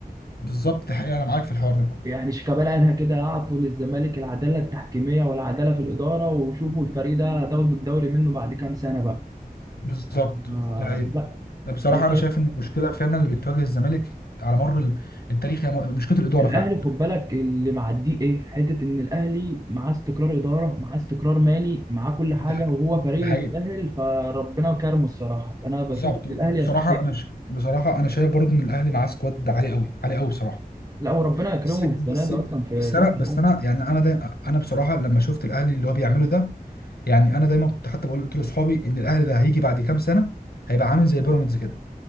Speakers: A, on the left (about 85°); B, on the right (about 25°).
A: بالظبط حقيقة أنا معاك في الحوار ده
B: يعني شيكابالا قالها كده اعطوا للزمالك العداله التحكيميه والعداله في الاداره وشوفوا الفريق ده هتاخدوا الدوري منه بعد كام سنه بقى
A: بالظبط
B: آه،
A: ده هي
B: لا
A: بصراحه
B: انا
A: انا
B: شايف
A: شايف ان المشكله فعلا اللي بتواجه الزمالك على مر ال- التاريخ هي م- مشكله الاداره
B: الاهلي
A: فعلا
B: خد بالك اللي معديه ايه حته ان الاهلي معاه استقرار اداره معاه استقرار مالي معاه كل حاجه
A: ده
B: وهو فريق
A: ده حقيقي
B: يستاهل فربنا كرمه الصراحه انا بشوف
A: بالظبط
B: ان
A: وبصراحه
B: الاهلي يستحق
A: انا ش... بصراحه انا شايف برضو ان الاهلي معاه سكواد عالي قوي عالي قوي بصراحه
B: لا وربنا يكرمه
A: بس بس
B: بالسنه دي اصلا في
A: بس
B: كاس
A: انا
B: العالم
A: بس انا يعني انا دايما انا بصراحه لما شفت الاهلي اللي هو بيعمله ده يعني انا دايما كنت حتى بقول قلت لاصحابي ان الاهلي ده هيجي بعد كام سنه هيبقى عامل زي بيراميدز كده